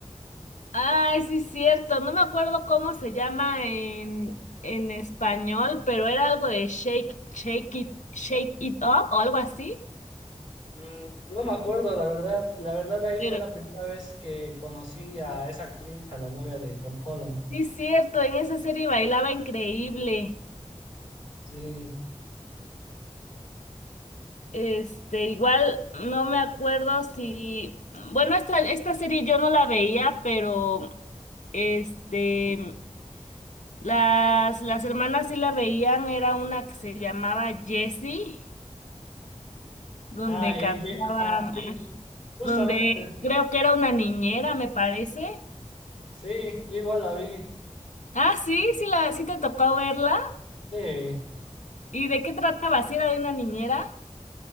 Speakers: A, on the left; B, on the left.
A: Ay, sí, cierto. No me acuerdo cómo se llama en, en español, pero era algo de shake, shake it, shake it up o algo así.
B: Mm, no me acuerdo, la verdad. La verdad ahí
A: Pero
B: fue la primera vez que conocí a esa actriz, a la novia de Tom Holland.
A: sí, cierto, en esa serie bailaba increíble.
B: Sí.
A: Este, igual no me acuerdo si, bueno, esta, esta serie yo no la veía, pero este, las, las hermanas sí la veían, era una que se llamaba Jessie, donde
B: Ah, ella,
A: cantaban.
B: ajá, sí. Justamente,
A: donde creo que era una niñera, me parece.
B: Sí, yo igual la vi.
A: Ah, sí, sí, la, sí te tocó verla.
B: Sí,
A: ¿Y de qué trataba? si era de una niñera?